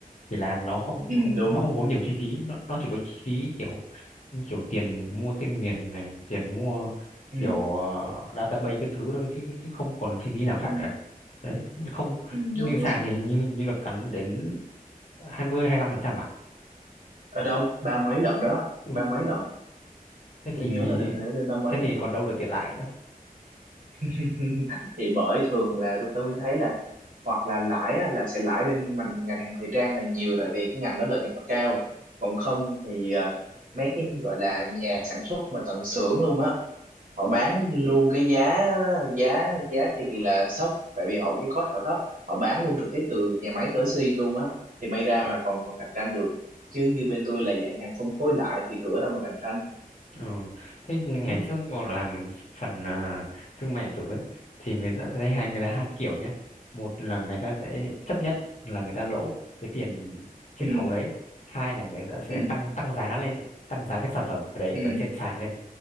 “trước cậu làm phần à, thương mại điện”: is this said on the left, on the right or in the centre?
Left